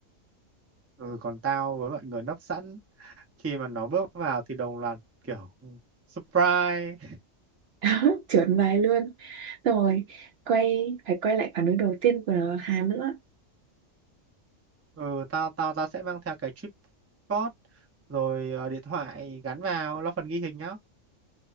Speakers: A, on the right; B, on the right.
A: ừ, còn tao với mọi người nấp sẵn khi mà nó bước vào thì đồng loạt kiểu surprise
B: <laughs> trượt bài luôn xong rồi quay phải quay lại phản ứng đầu tiên của Hà nữa
A: ừ tao tao tao sẽ mang theo cái tripod rồi ờ, điện thoại gắn vào lo phần ghi hình nhá